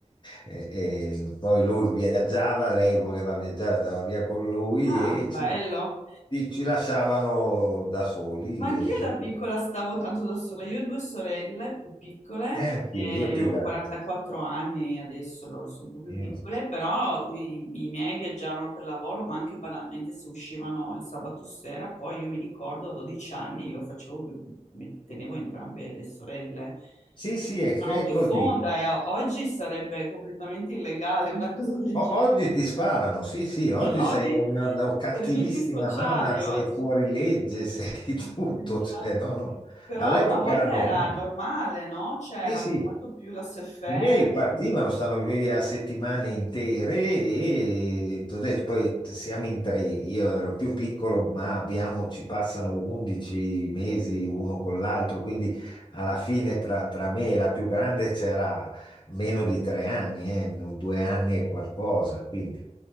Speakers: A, on the left; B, on the left.
A: eh, eh, poi lui viaggiava, lei voleva viaggiare, andava via con lui
B: Ah,
A: e
B: bello.
A: ci, ci- ci lasciavano da soli.
B: Ma anch'io
A: E,
B: da piccola
A: e-
B: stavo tanto da sola. Io ho due sorelle più piccole,
A: eh, anch'io,
B: e
A: io più
B: ho
A: grande.
B: 44 anni adesso, loro sono un po' più
A: Io-
B: piccole, però i, i miei viaggiavano per lavoro, ma anche banalmente se uscivano il sabato sera, poi io mi ricordo a 12 anni io facevo, me- tenevo entrambe le sorelle.
A: Sì, sì, è, è
B: Una notte
A: così.
B: fonda e a- oggi sarebbe completamente illegale una cosa del
A: O-
B: genere,
A: oggi ti sparano, sì, sì,
B: no? <laughs>
A: oggi sei
B: Oggi
A: una, una cattivissima
B: servizi sociali,
A: mamma, sei
B: oggi.
A: fuori legge, <laughs> sei
B: Sì,
A: tutto,
B: sì, infatti.
A: cioè, no, no.
B: Però
A: All'epoca
B: una volta
A: era normale.
B: era normale, no? C'era
A: Sì, sì.
B: molto più la SFR.
A: I miei partivano, stanno via settimane intere e t'ho detto, poi siamo in tre, io ero più piccolo, ma abbiamo, ci passano 11 mesi uno con l'altro, quindi alla fine tra, tra me e la più grande c'era meno di tre anni, eh, no, due anni e qualcosa, quindi